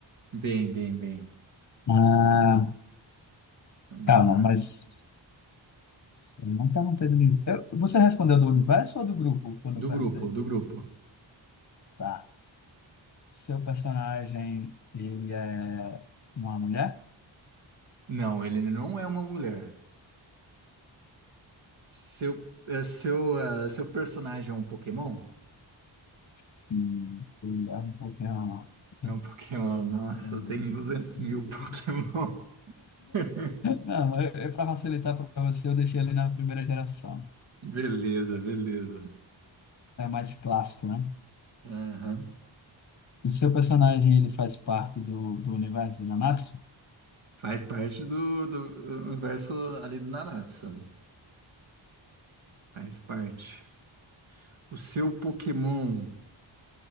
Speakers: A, on the right; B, on the left.
A: Bem, bem, bem.
B: Ah,
A: Vamos
B: calma,
A: lá.
B: mas eu não perguntei do universo. Você respondeu do universo ou do grupo quando eu
A: Do
B: perguntei?
A: grupo, do grupo.
B: Tá. Seu personagem, ele é uma mulher?
A: Não, ele não é uma mulher. Seu, é, seu, é, seu personagem é um Pokémon?
B: Sim, ele é um pouquinho.
A: É um Pokémon.
B: <laughs>
A: Nossa, tem duzentos mil Pokémon. <laughs>
B: Não, eu, eu para facilitar para você, eu deixei ele na primeira geração.
A: Beleza, beleza.
B: É mais clássico, né?
A: Aham.
B: O seu personagem, ele faz parte do, do universo de Nanatsu?
A: Faz parte do, do universo ali do Naruto, ali. Faz parte. O seu Pokémon,